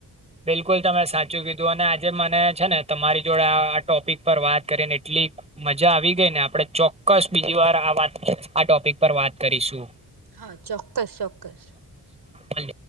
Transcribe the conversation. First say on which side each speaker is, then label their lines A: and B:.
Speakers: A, on the right (about 15°); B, on the right (about 85°).
A: બિલકુલ તમે સાચું કીધું અને આજે મને છે ને તમારી જોડે આ ટોપિક પર વાત કરીને એટલી મજા આવી ગઈ ને આપણે ચોક્કસ બીજી વાર આ વાત આ ટોપિક પર વાત કરીશું
B: હા ચોક્કસ ચોક્કસ.
A: અલ.